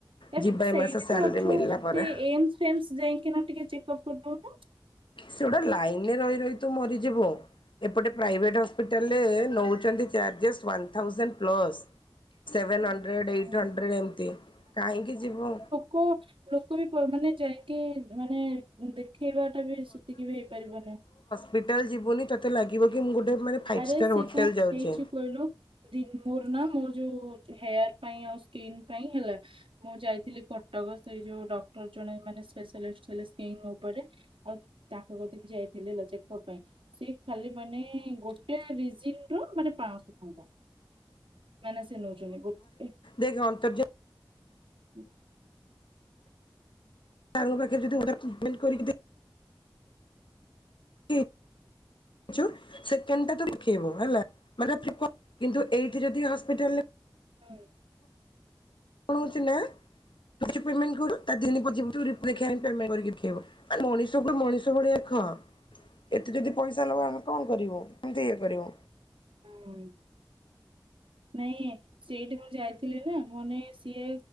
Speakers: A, on the right; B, on the left.
A: ଏବେ
B: ଯିବା
A: ସେଇଠି
B: ଏ ମାସ ସାଲାରୀ
A: ତ ଅଛୁ
B: ମିଳିଲା
A: ତ
B: ପରେ।
A: ଏମ ସ୍ ଫେମ୍ ସ ଯାଇକିନା ଟିକେ ଚେକଅପ୍ କରିଦଉନୁ।
B: ସେଗୁଡ଼ା ଲାଇନରେ ରହି ରହି ତ ମରିଯିବ। ଏପଟେ ପ୍ରାଇଭେଟ୍ ହସ୍ପିଟାଲରେ ନେଉଛନ୍ତି charges one thousand plus. Seven hundred eight
A: ହୁଁ।
B: ହଣ୍ଡ୍ରେଡ ଏମତି କାହିଁକି ଯିବ?
A: କୋଉ ଲୋକ ବି ମାନେ ଯାଇକି ମାନେ ଦେ ଖିବାଟା ବି ସେତିକି ବି ହେଇପାରିବୁନୁ।
B: ଯେତେବେଳେ ଯିବୁନି ତୋତେ ଲାଗିବ କି ମୁଁ ଗୋଟେ ମାନେ ଫାଇଭ୍
A: ଆରେ
B: ଷ୍ଟାର୍
A: ସିଏ
B: ହୋଟେଲ
A: କଣ
B: ଯାଉଛେ।
A: ହେଇଛି କହିଲୁ? ଦିନ ମୋର ନା ମୋର ଯୋଉ ହେୟାର ପାଇଁ ଆଉ ସ୍କିିନ ପାଇଁ ହେଲା। ମୁଁ ଯାଇଥିଲି କଟକ ସେଇ ଯୋଉ ଡକ୍ଟର ଜଣେ ମାନେ ସ୍ପେଶାଲିଟି ଥିଲେ ସ୍କିନ ଉପରେ। ଆଉ ତାଙ୍କ କତିକି ଯାଇଥିଲି ହେଲା ଚେକଅପ ପାଇଁ ସିଏ ଖାଲି ମାନେ ଗୋ ଗୋଟେ ରିଜିନରୁ ମାନେ ପାଂଶ ଟଙ୍କା ମାନେ ସେ ନଉଛନ୍ତି ଗୋଟେ।
B: ଦେଖ୍ ଅନ୍ତର୍ଜା
A: ହୁଁ
B: ତାଙ୍କ ପାଖେ ଯଦି ଗୋଟେ <inaudible> <inaudible> ସେକେଣ୍ଡଟା ତୁ ଦେଖେଇବୁ ହେଲା ମାନେ କିନ୍ତୁ ଏଇଠି ଯଦି ହସ୍ପିଟାଲରେ
A: ହୁଁ।
B: କଣ ହେଉଛି ନା ତୁ ଆଜି ପେମେଣ୍ଟ କଲୁ ତା ଦିନ ପରେ ଯିବୁ <inaudible> ପେମେଣ୍ଟ କରିକି ଦେଖେଇବ। ମଣିଷକୁ ମଣିଷ ଭଳିଆ କହ। ଏତେ ଯଦି ପଇସା ନବା ଆମେ କଣ କରିବୁ କେମିତି ଇଏ କରିବୁ?
A: ହୁଁ। ନାଇଁ। ସେଇଠି ମୁଁ ଯାଇଥିଲି ନା ମାନେ ସିଏ